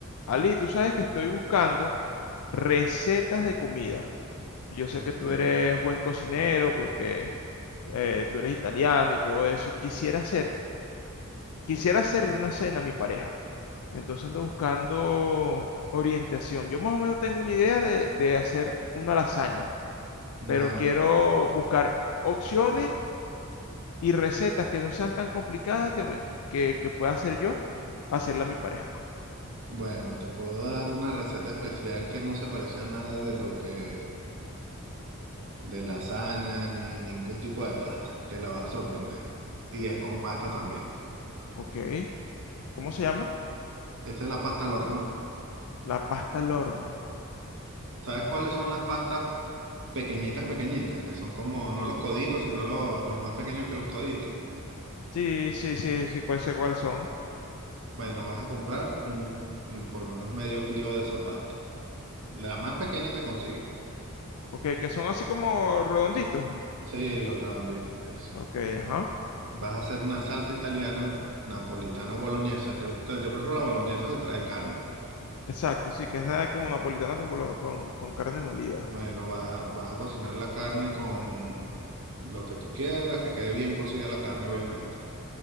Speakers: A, on the left; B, on the right.
A: Ali, tú sabes que estoy buscando recetas de comida. Yo sé
B: Ok.
A: que tú eres buen cocinero porque eh, tú eres italiano y todo eso. Y quisiera hacer, quisiera hacerle una cena a mi pareja. Entonces ando buscando orientación. Yo más o menos tengo una idea de, de hacer una lasaña,
B: No,
A: pero quiero
B: ok, ok.
A: buscar opciones y recetas que no sean tan complicadas que, me- que, que pueda hacer yo, hacerla a mi pareja.
B: Bueno, te puedo dar una receta especial que no se parece a nada de lo que, de lasaña ni ningún tipo de pasta, que la vas a sorprender. Y es con pasta también.
A: Ok. ¿Cómo se llama?
B: Esta es la pasta al horno.
A: La pasta al horno.
B: ¿Sabes cuáles son las pastas pequeñitas, pequeñitas? Que son como, no los coditos, sino lo- los más pequeños que los coditos.
A: Sí, sí, sí, sí, cuál sé cuáles son.
B: Bueno, vas a comprar un, un- por lo menos medio kilo de esa pasta. La más pequeña que consigas.
A: Ok, que son así como redonditos.
B: Sí, los redonditos, eso.
A: Ok, ajá.
B: Vas a hacer una salsa italiana, napolitana o boloñesa. Yo, te- yo prefiero la boloñesa que trae carne, pues.
A: Exacto, sí, que es nada como napolitana con, bolo- con, con carne molida.
B: Bueno, vas a, vas a cocinar la carne con lo que tú quieras, que quede bien cocida la carne, obviamente.